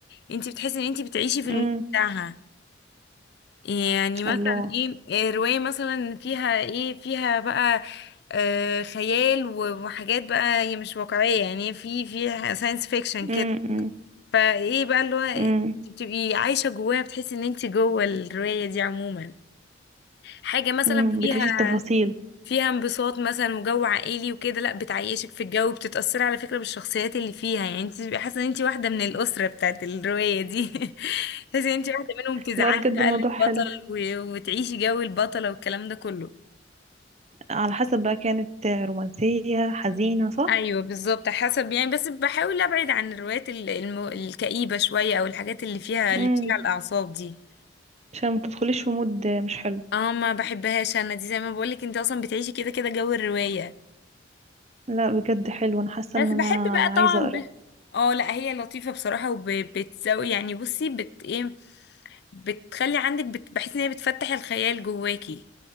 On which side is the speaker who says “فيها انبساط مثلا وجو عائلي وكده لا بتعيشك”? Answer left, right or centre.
Left